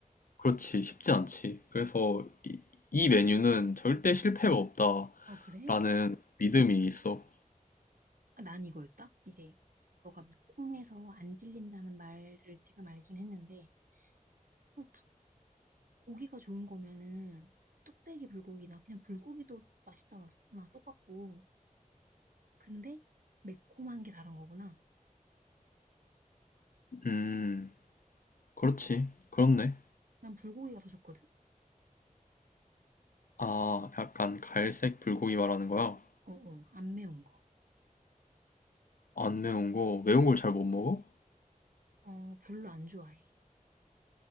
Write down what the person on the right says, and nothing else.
아, 그래?
아, 난 이거였다? 이제 너가 콤에서 안 질린다는 말을 지금 알긴 했는데 그 부- 고기가 좋은 거면은 뚝배기 불고기나 그냥 불고기도 맛있잖아 나 똑같고 근데 매콤한 게 다른 거구나
난 불고기가 더 좋거든
어어 안 매운
거어 별로 안 좋아해